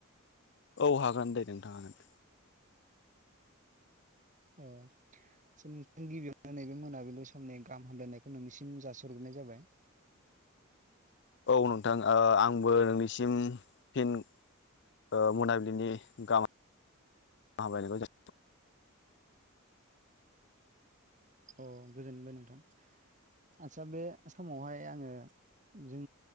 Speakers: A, on the left (about 55°); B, on the right (about 35°).
A: औ हागोन दे नोंथां हागोन।
B: अ सिम गिबियावनो नैबे मोनाबिलि समनि गाहाम हामलायनायखौ नोंनिसिम जासिहरग्रोनाय जाबाय।
A: औ नोंथां आंबो नोंनिसिम फिन ओ मोनाबिलिनि गाहाम हामलायनायखौ जासि
B: अ गोजोनबाय नोंथां आत्सा बे समावहाय आङो जों